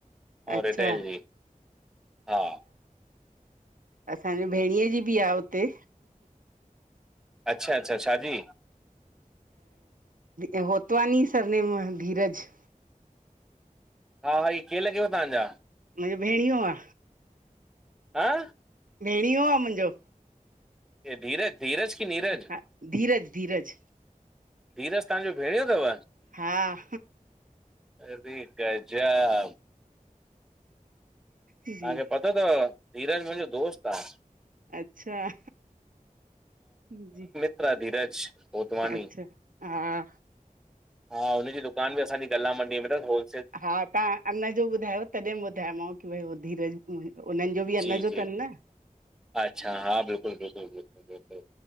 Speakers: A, in the centre; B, on the right (about 70°).
A: अऊं
B: अच्छा
A: रिटेल जी, हा।
B: असांजे भेणीेऐ जी बि आ हुते।
A: अच्छा अच्छा शादी
B: अ होतवानी सरनेम धीरज।
A: हा वरि केर लॻेव तव्हांजा?
B: मुंहिंजो भेणीयो आ।
A: हा।
B: भेणियो आ मुंहिंजो।
A: हे धीरज, धीरज की नीरज?
B: हा धीरज धीरज
A: धीरज तव्हांजो भेणियो तव?
B: हा।
A: अरे गजब
B: जी
A: तव्हांखे पतो तव, धीरज मुंहिंजो दोस्त आ।
B: अच्छा, जी।
A: उतरा धीरज होतवानी
B: अच्छा हा
A: हा हुनजी दुकान बि असांजी गला मंडीअ में तस होल
B: हा तां अन्न जो ॿुधायो तॾहिं मां ॿुधायो माव की भई उवो धीरज मु उननि जो बि
A: जी
B: अन्न जो
A: जी
B: तनि न।
A: अच्छा हा बिल्कुलु बिल्कुलु बिल्कुलु बिल्कुलु